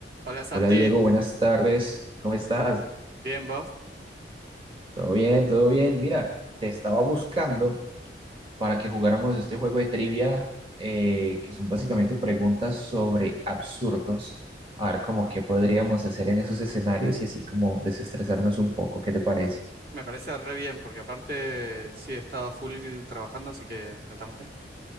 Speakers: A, on the right; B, on the right.
A: Hola Santi,
B: Hola Diego, buenas tardes. ¿Cómo estás?
A: bien vos.
B: ¿Todo bien? ¿Todo bien? Mira, te estaba buscando para que jugáramos este juego de trivia, eh, que son básicamente preguntas sobre absurdos. A ver, como
A: Ajá.
B: qué podríamos hacer en esos escenarios y así como desestresarnos un poco. ¿Qué te parece?
A: Me parece re bien porque aparte sí he estado full trabajando, así que metámosle.